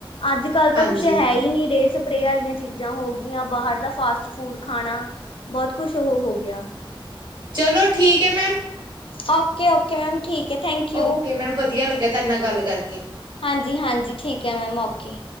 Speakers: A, on the left (about 70°); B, on the right (about 55°).
A: ਆਜ-ਕਾੱਲ,
B: ਹਾਂਜੀ
A: ਤਾਂ ਕੁੱਸ਼ ਹੈ ਈ ਨੀ ਰੇ ਸਪਰੇ ਵਾਲੀ਼ਆਂ ਚੀਜਾ ਹੋ ਗੀਆਂ ਬਾਹਰ ਦਾ ਫਾਸਟ ਫੂੜ ਖਾਣਾ, ਬੋਤ ਕੂਸ਼ ਓਹ ਹੋ ਗੇਆ।
B: ਚਲੋ ਠੀਕ ਹੈ ਮੈਮ
A: ਓਕੇ-ਓਕੇ ਮੈਮ ਠੀਕ। ਹੈ ਥੈਂਕ ਯੂ
B: ਓਕੇ ਮੈਮ, ਵਦੀਆ ਲੱਗੇਆ ਤਾਹਡੇ ਨਾਲ ਗਾੱਲ ਕਾਰਕੇ।
A: ਹਾਂਜੀ-ਹਾਂਜੀ, ਠੀਕ ਐ ਮੈਮ ਓਕੇ।